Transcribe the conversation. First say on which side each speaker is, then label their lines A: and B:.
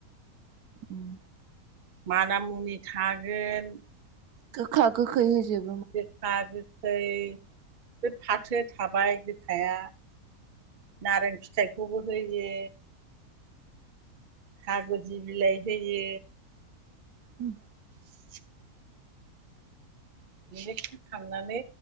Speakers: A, on the right; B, on the right.
A: उम
B: मानामुनि थाग गोन
A: गोखा गोखै होजोब
B: गोखा गोखै फै बे फाथो थाबाय गोखाया नारें फिथाइ खौबो होयो खागुजि बिलाय होयो
A: उम
B: <inaudible> मिकस होखांनानै